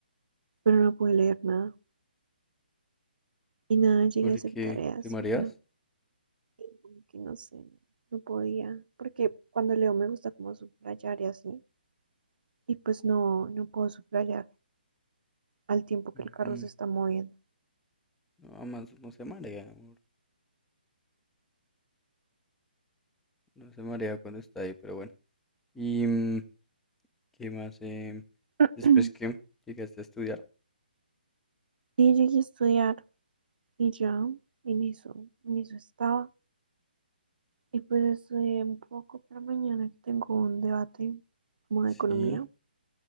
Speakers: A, on the right; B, in the centre.
A: pero no pude leer nada. Y nada, llegué
B: Porque
A: a hacer tareas
B: te mareas.
A: y ya, y como que no sé, no podía, porque cuando leo me gusta como subrayar y así, y pues no, no puedo subrayar al tiempo que
B: Mm,
A: el carro se está moviendo.
B: No, más no se marea, amor. No se marea cuando está ahí, pero bueno. ¿Y mm, qué más? em,
A: <clears throat>
B: después que llegaste a estudiar.
A: Y llegué a estudiar y ya, en eso, en eso estaba. Y pues estudié un poco para mañana que tengo un debate como de economía.
B: Sí.